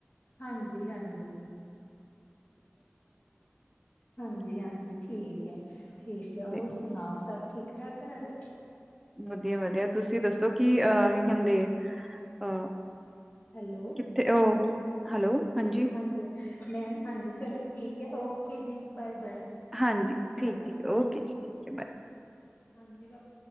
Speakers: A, on the left; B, in the centre.
A: ਹਾਂਜੀ-ਹਾਂਜੀ। ਹਾਂਜੀ-ਹਾਂਜੀ
B: ਹੈ।
A: ਠੀਕ ਐ, ਠੀਕ ਐ ਹੋਰ
B: ਤੇ
A: ਸੁਣਾਓ ਸਭ ਠੀਕ ਠਾਕ ਘਰ?
B: ਵਧੀਆ-ਵਧੀਆ ਤੁਸੀਂ ਦੱਸੋ ਕੀ ਅ ਕੀ ਕੈਂਦੇ, ਅ
A: ਹੈਲੋ
B: ਥੇ ਓ ਹੈਲੋ ਹਾਂਜੀ।
A: ਵਧੀਆ ਮੈਂ ਹਾਂਜੀ ਚਲੋ ਠੀਕ ਐ ਓਕੇ ਜੀ ਬਾਏ-ਬਾਏ।
B: ਹਾਂਜੀ ਠੀਕ
A: ਬਾਏ। ਬਾਏ।
B: ਏ ਓਕੇ ਜੀ ਠੀਕ ਐ ਬਾਏ।
A: ਹਾਂਜੀ ਬਸ